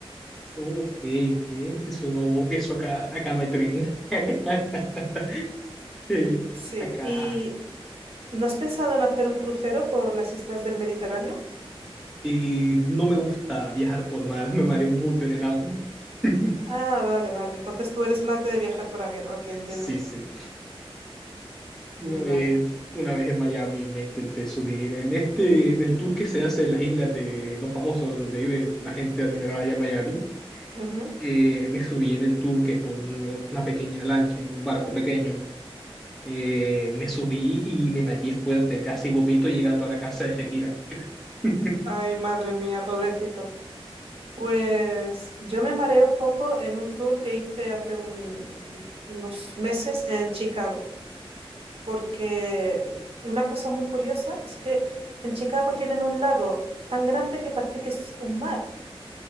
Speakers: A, in the centre; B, on the right (about 75°).
A: Ok, eh, Eso no, eso acá, acá no hay tren. <laughs> Eh,
B: Sí,
A: Acá.
B: ¿y no has pensado en hacer un crucero por las islas del Mediterráneo?
A: Y no me gusta viajar por mar, <laughs> me mareo mucho en el auto. <laughs>
B: Ah, vale, vale. Entonces tú eres más de viajar por avión. Ok, entiendo.
A: Sí, sí. Una
B: Mm,
A: vez,
B: Vale.
A: una vez en Miami me intenté subir en este, en el tour que se hace en las islas de los famosos, donde vive la gente adinerada allá en Miami.
B: Ujú.
A: Eh, me subí en el tour que es por un- una pequeña lancha, en un barco pequeño. Eh, me subí y me mareé fuerte, casi vomito llegando a la casa de Shakira. <laughs>
B: Ay, madre mía, pobrecito. Pues yo me mareé un poco en un tour que hice hace un- unos meses en Chicago. porque una cosa muy curiosa es que en Chicago tienen un lago tan grande que parece que es un mar